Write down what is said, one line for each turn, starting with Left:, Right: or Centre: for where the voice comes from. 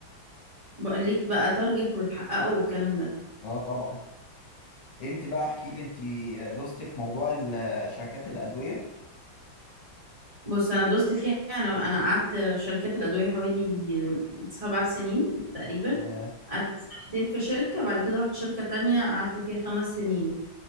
Right: بقول لك بقى تارجت وتحققه والكلام ده
Left: اه طبعا انت بقى احكي لي انت دوستي في موضوع ال- شركات الأدوية
Right: بص انا دوست فيها انا انا قعدت في شركات الادويه حوالي سبع سنين تقريبا
Left: ياه.
Right: قعدت سنتين في شركه بعد كده رحت شركه تانية قعدت فيها خمس سنين